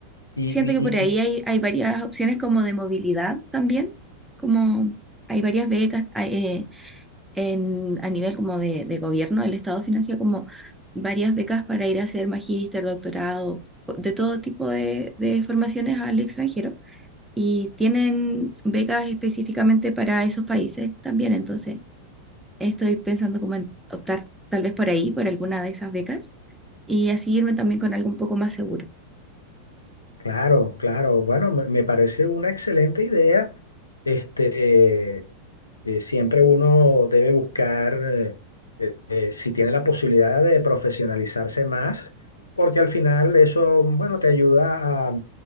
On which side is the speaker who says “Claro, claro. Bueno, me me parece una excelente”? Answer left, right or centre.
Left